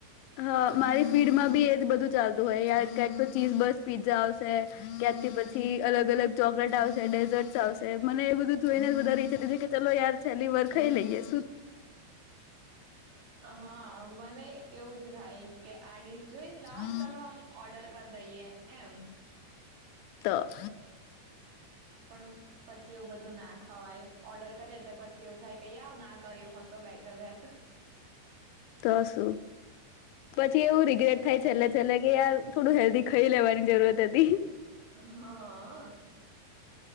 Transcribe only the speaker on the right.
હા મને એવું જ થાય કે આડી જોઈ લાવન
ચાલો હમ ઓર્ડર કર દઈએ એમ
પણ પછી એવું બધું ના ખવાય ઓર્ડર કરે એટલે પછી એવું થાય કે યાર ના કર્યું હો તો બેટર રહેત
હા અ અ